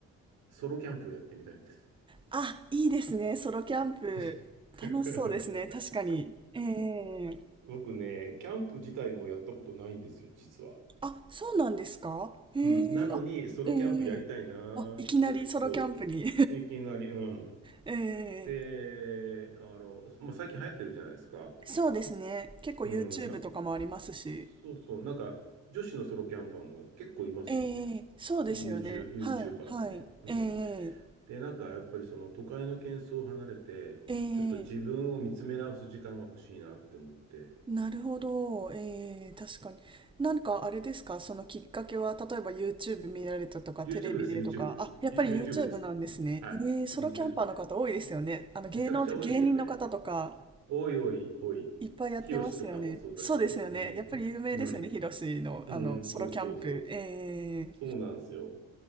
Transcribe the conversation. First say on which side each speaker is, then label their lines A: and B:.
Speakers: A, on the right; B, on the right.
A: ソロキャンプをやってみたいんです。
B: あ、いいですね、ソロキャンプ。
A: <laughs>
B: 楽しそうですね、確かに。ええ
A: 僕ね、キャンプ自体もやったことないんですよ、実は。
B: あ、そうなんですかええあ、
A: うん、なのに、ソロキャンプやりたいなーって、
B: ええあ、いきなりソロキャンプに。
A: こう、いきなり、うん。
B: <laughs>
A: で、
B: ええ
A: あの、まあ、最近流行ってるじゃないですか。
B: そうですね、結構
A: うん、
B: YouTube
A: な、
B: とかもありますし。
A: そうそう、なんか、女子のソロキャンパーも結構いますもんね。
B: ええ、そうですよね。
A: YouTube、YouTuber
B: はい、はい。
A: でね。うん。
B: ええ、
A: で、なんかやっぱりその都会の喧騒を離れて、
B: ええ、
A: ちょっと自分を見つめ直す時間が欲しいなって思って、
B: なるほど。ええ、確かに。なんかあれですかそのきっかけは、例えば YouTube 見られたとか、
A: YouTube
B: テレビでとか。
A: です、YouTube です。
B: あ、やっぱり
A: ユ YouTube
B: YouTube
A: です。
B: なんですね。
A: はい、
B: ええ、ソロキャンパーの方多いですよね。
A: YouTube。
B: あの、芸能人、
A: めちゃくちゃ多いですよね。
B: 芸人の方とか、
A: 多い多い多い。
B: いっぱいやってますよね。
A: ヒロシとかもそうだし、
B: そうですよね。
A: うん、
B: やっぱり有名ですよね。
A: うん、
B: ヒロシの、
A: うん、
B: あの、
A: そうそうそう、
B: ソロキャンプ。ええ、
A: そうなんですよ。